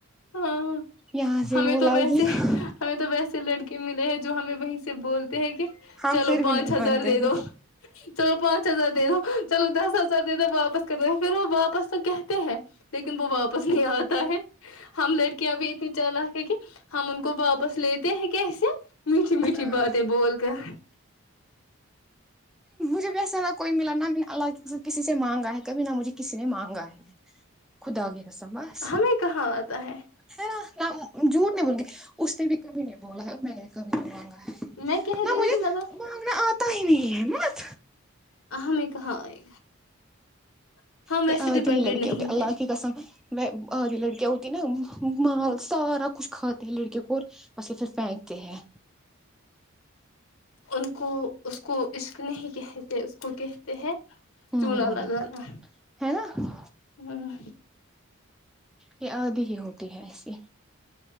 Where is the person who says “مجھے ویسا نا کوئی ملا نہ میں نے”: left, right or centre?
Centre